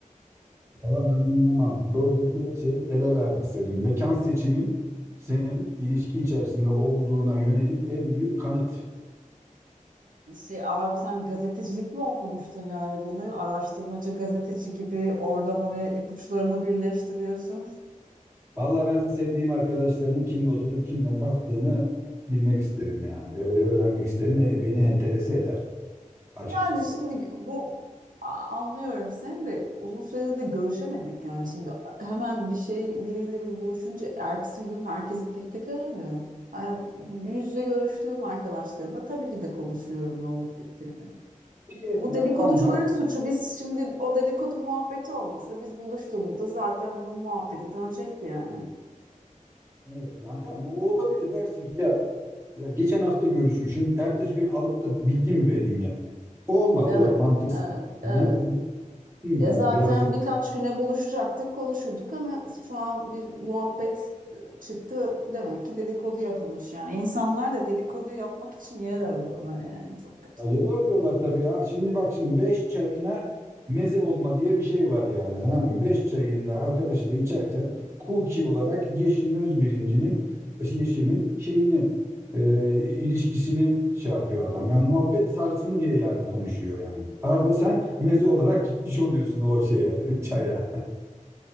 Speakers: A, on the right (about 20°); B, on the right (about 80°).
A: Valla ben anlamam. Buradaki şey ele verdi senin. Mekan seçimin senin ilişki içerisinde olduğuna yönelik en büyük kanıt.
B: Şey, abi sen gazetecilik mi okumuştun yani bunu araştırmacı gazeteci gibi oradan oraya ipuçlarını birleştiriyorsun.
A: Vallahi ben sevdiğim arkadaşlarının kimle oturup kimle kalktığını bilmek isterim yani. Ee, Öğrenmek isterim. E, Beni enterese eder açıkçası.
B: Yani şimdi bu a- anlıyorum sen de uzun süredir de görüşemedik yani şimdi hemen bir şey biriyle bir buluşunca ertesi gün herkesi tek tek aramıyorum. Yani yüz yüze görüştüğüm arkadaşlarımla tabii ki de konuşuyorum ne olup bittiğini.
A: Peki
B: E bu
A: yani
B: dedikoducuların
A: lan daha
B: suçu. Biz şimdi o dedikodu muhabbeti olmasa biz buluştuğumuzda zaten bunun muhabbeti dönecekti yani.
A: evet, yani tamam o olabilir dersin ki ya ya geçen hafta görüşmüşüm. Ertesi gün alıp da bilgi mi vereyim yani? O olmaz
B: Evet,
A: doğru mantıksız.
B: evet,
A: Bir
B: evet.
A: azıcık yani
B: E zaten
A: birazcık
B: birkaç güne buluşacaktık, konuşurduk ama şu an bir muhabbet e, çıktı. Demek ki dedikodu yapılmış yani. İnsanlar da dedikodu yapmak için yer arıyorlar yani. Çok kötü.
A: Ya Yer arıyorlar tabii ya. Şimdi bak şimdi 5 çayına meze olma diye bir şey var yani tamam mı? 5 çayında arkadaşı da içerken Kuki olarak Yeşim Özbirinci'nin Yeşim'in şeyini e, ilişkisini şey yapıyor adam. Yani muhabbet sarsın diye yani konuşuyor yani. Arda sen meze olarak gitmiş oluyorsun o şeye <laughs> çaya.
B: Evet.
A: <laughs>